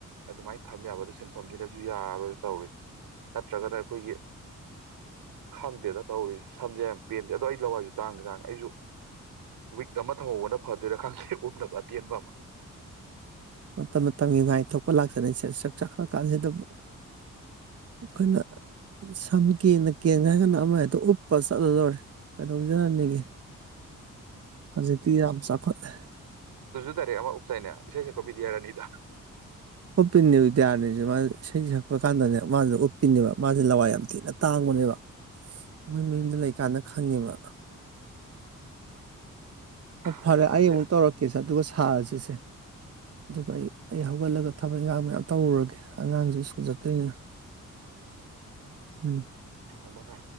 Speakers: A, on the right (about 80°); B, on the right (about 45°).
A: ꯑꯗꯨꯃꯥꯏꯅ ꯊꯝ ꯌꯥꯕ ꯑꯗꯨ ꯁꯤꯟꯐꯝꯁꯤꯅꯁꯨ ꯌꯥꯔꯔꯣꯏꯔ ꯇꯧꯔꯤꯁ ꯅꯠꯇ꯭ꯔꯒꯅ ꯑꯩꯈꯣꯏꯒꯤ ꯈꯪꯗꯦꯗ ꯇꯧꯔꯤꯁ ꯁꯝꯁꯦ ꯌꯥꯝ ꯄꯦꯟꯗꯦ ꯑꯗꯣ ꯑꯩ ꯂꯋꯥꯏꯁꯨ ꯇꯥꯡꯗꯦ ꯇꯥꯡꯉꯦ ꯑꯩꯁꯨ ꯋꯤꯛ ꯑꯃ ꯊꯝꯍꯧꯕꯅ ꯐꯗꯣꯏꯔꯥ ꯈꯪꯗꯦ ꯎꯞꯅꯕ ꯑꯇꯦꯟꯕ ꯑꯃ
B: ꯃ ꯃꯥꯏ ꯊꯣꯛꯄ ꯂꯥꯛꯇꯅꯤ ꯁꯦ ꯁꯛ ꯆꯥꯛꯈꯠꯂ ꯀꯥꯟꯁꯤꯗꯕꯨ ꯑꯩꯈꯣꯏꯅ ꯁꯝ ꯀꯦꯅ ꯀꯦꯟꯒꯦ ꯍꯥꯏꯔꯒꯥꯟꯅ ꯑꯃꯗꯣ ꯎꯞꯄ ꯆꯠꯂ ꯂꯣꯏꯔꯦ ꯀꯩꯗꯧꯖꯔꯅꯤꯒꯦ
A: ꯎꯝ
B: ꯍꯧꯖꯤꯛꯇꯤ ꯌꯥꯝ ꯆꯥꯎꯈꯠꯂꯦ
A: ꯍꯥꯏꯇꯥꯔꯦ ꯑꯃ ꯎꯞꯇꯥꯏꯅꯦ ꯏꯁꯩ ꯁꯛꯀꯕꯤꯗꯤꯌꯥꯔꯥꯅꯤꯗ
B: ꯎꯠꯄꯤꯅꯦꯕ ꯏꯇꯌꯥꯔꯅꯤꯁꯦ ꯃꯥ ꯏꯁꯩꯁꯦ ꯁꯛꯄ ꯀꯥꯟꯗꯅꯦ ꯃꯥꯁꯨꯦ ꯎꯞꯄꯤꯅꯦꯦꯕ ꯃꯥꯁꯦ ꯂꯋꯥꯏ ꯌꯥꯝ ꯊꯤꯅ ꯇꯥꯡꯕꯅꯦꯕ ꯃꯣꯏ ꯃꯌꯨꯝꯗ ꯂꯩꯀꯥꯟꯗ ꯈꯪꯉꯦꯕ ꯑꯣ ꯐꯔꯦ
A: ꯑꯗꯨ ꯁꯝꯁꯦ
B: ꯑꯩ ꯎꯟ ꯇꯧꯔꯛ ꯀꯦꯁ ꯑꯗꯨꯒ ꯊꯥꯔꯁꯤꯁꯦ ꯑꯗꯨꯒ ꯑꯩ ꯑꯩ ꯍꯧꯒꯠꯂꯒ ꯊꯕꯛ ꯏꯟꯈꯥꯡ ꯃꯌꯥꯝ ꯇꯧꯔꯨꯔꯒꯦ ꯑꯉꯥꯡꯁꯦ ꯁ꯭ꯀꯨꯜ ꯆꯠꯇꯣꯏꯅ ꯎꯝ
A: ꯍꯝꯕ ꯊ